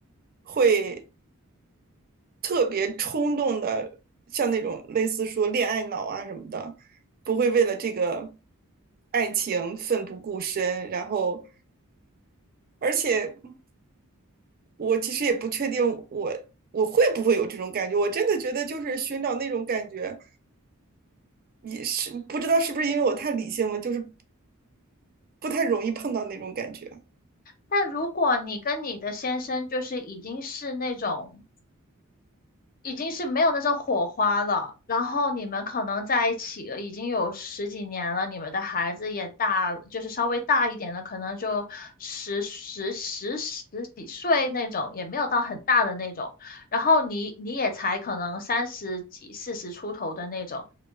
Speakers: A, on the right (about 40°); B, on the left (about 40°).
A: 会特别冲动的，像那种类似说恋爱脑啊什么的，不会为了这个爱情奋不顾身。然后，而且我其实也不确定我我会不会有这种感觉，我真的觉得就是寻找那种感觉。也是不知道是不是因为我太理性了，就是不太容易碰到那种感觉。
B: 但如果你跟你的先生就是已经是那种。已经是没有那种火花了，然后你们可能在一起了已经有十几年了，你们的孩子也大了就是稍微大一点的，可能就十十十十几岁那种，也没有到很大的那种，然后你你也才可能三十几、四十出头的那种，